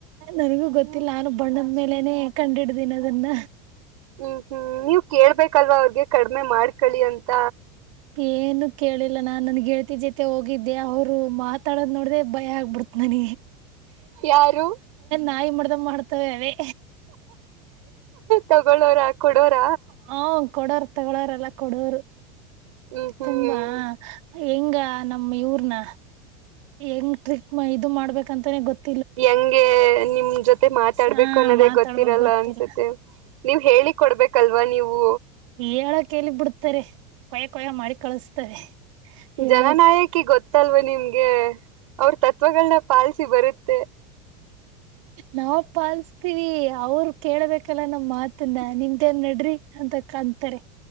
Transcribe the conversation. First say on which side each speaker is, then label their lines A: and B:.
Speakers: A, on the right (about 65°); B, on the right (about 85°).
A: ನಗೂ ಗೊ ಗೊತ್ತಿಲ್ಲ ನಾರು ಬಣ್ಣದ ಮೇಲೆನೆ ಕಂಡಿಡ್ದೀನ ಅದನ್ನ
B: ಹ್ಮ್ ಹ್ಮ್ ನೀವ ಕೇಳ್ಬೇಕಲ್ವಾ ಅವ್ರಗೆ ಕಡಿಮೆ ಮಾಡ್ಕಳಿ ಅಂತ
A: ಏನು ಕೇಳಿಲ್ಲ ನಾನ್ ನನ್ ಗೆಲ್ತಿ ಜೊತೆ ಹೋಗ ಅವರು ಮಾತಾಡೋದು ನೋಡ್ರೆ ಭಯ ಆಗ್ಬಿಡ್ತ ನನ
B: ಯಾರು
A: ನಾಯಿ ಮಾಡ್ದ ಮಾಡ್ತವ ಅದೇ
B: ತಗಳೋರ ಕೊಡೋರ
A: ಹ ಕೊಡೋರ್ ತಗೊಳ್ಳೋರೆಲ್ಲ ಕೊಡೋರು
B: ಹ್ಮ್ ಹ್ಮ್
A: ತುಂಬಾ ಹೆಂಗ ನಮ್ ಇವ್ರನ ಹೆಂಗ್ ಟ್ರಿಕ್ ಇದು ಮಾಡ್ಬೇಕಂತಾನೆ ಗೊತ್ತ
B: ಹೆಂಗೆ ನಿಮ್ ಜೊತೆ ಮತ್ತೆ ಮಾತಾಡ್ಬೇಕು
A: ಹ
B: ಅನ್ನೋದೇ
A: ಮಾತಾಡ್ಬೇಕಕ್
B: ಗೊತ್ತಿರಲ್ಲ
A: ಗೊತ್ತಿಲ್ಲ
B: ಅನ್ಸುತ್ತೆ ನೀವು ಹೇಳಿ ಕೊಡ್ಬೇಕಲ್ವಾ ನೀವು
A: ಹೇಳ ಕಲಿಗ್ ಬಿಡ್ತಾರೆ ಕೊಯ ಕೊಯ ಮಾಡಿ ಕಳಸ್ತಾರೆ ಹೇಳಕ್
B: ಜನನಾಯಕಿ ಗೊತ್ತಲ್ವಾ ನಿಮ್ಗೆ ಅವ್ರ ತತ್ವಗಳನ್ನ ಪಾಲಸಿ ಬರುತ್ತೆ
A: ನಾವ ಪಾಲಸ್ತೀವಿ ಅವರು ಕೇಳ್ಬೇಕಲ್ಲ ನಮ್ ಮಾತನ್ನ ನಿಮ್ದೇನ್ ನಡ್ರಿ ಅಂತ ಕಂತಾರೆ